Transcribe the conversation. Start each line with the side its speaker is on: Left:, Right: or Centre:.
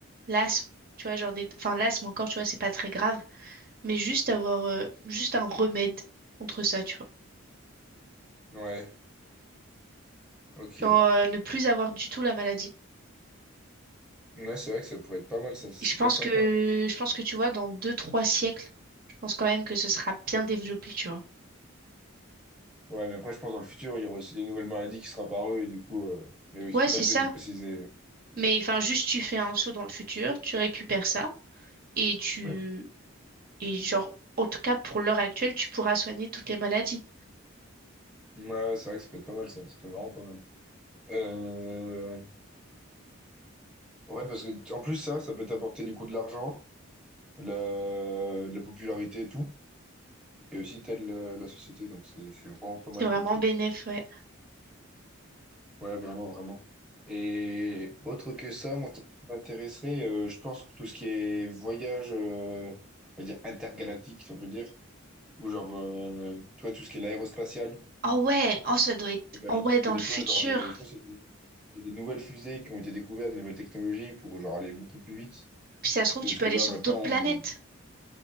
Right: l'asthme, tu vois, genre des. Enfin, l'asthme encore, tu vois, c'est pas très grave, mais juste avoir, euh, juste un remède contre ça, tu vois.
Centre: Ouais, ok.
Right: Genre, euh, ne plus avoir du tout la maladie.
Centre: Ouais, c'est vrai que ça pourrait être pas mal, ça, c'est
Right: Et je pense
Centre: bien sympa.
Right: que, je pense que tu vois, dans deux, trois siècles, je pense quand même que ce sera bien développé, tu vois.
Centre: Ouais, mais après, je pense dans le futur, il y aura aussi des nouvelles maladies qui seront apparues, et du coup, euh, mais oui, c'est
Right: Ouais,
Centre: pour
Right: c'est
Centre: ça que
Right: ça.
Centre: tu sais, j'ai précisé.
Right: Mais enfin, juste tu fais un saut dans le futur, tu récupères ça et tu
Centre: Ouais,
Right: et genre en tout cas pour l'heure actuelle, tu pourras soigner toutes les maladies.
Centre: ouais, c'est vrai que ça peut être pas mal, ça, ça peut être vraiment pas mal. Euh... Ouais, parce que, en plus, ça, ça peut t'apporter du coup de l'argent, de la... de la popularité et tout, et aussi t'aides la... la société, donc c'est c'est vraiment pas
Right: C'est
Centre: mal
Right: vraiment
Centre: comme truc.
Right: bénéf, ouais.
Centre: Ouais, vraiment, vraiment. Et autre que ça, moi, ce qui m'intéresserait, euh, je pense que tout ce qui est voyage, euh, on va dire intergalactique, si on peut dire, ou genre, euh, tu vois, tout ce qui est l'aérospatial,
Right: Oh ouais, oh ça doit être
Centre: Et ben,
Right: oh
Centre: genre,
Right: ouais
Centre: tu
Right: dans
Centre: peux découvrir,
Right: le futur.
Centre: genre, des, je pense qu'il y a des, il y a des nouvelles fusées qui ont été découvertes, des nouvelles technologies pour, genre, aller beaucoup plus vite.
Right: Puis ça se trouve
Centre: Tu
Right: tu
Centre: sais, Parce
Right: peux
Centre: que
Right: aller
Centre: là,
Right: sur
Centre: maintenant,
Right: d'autres planètes.
Centre: on est...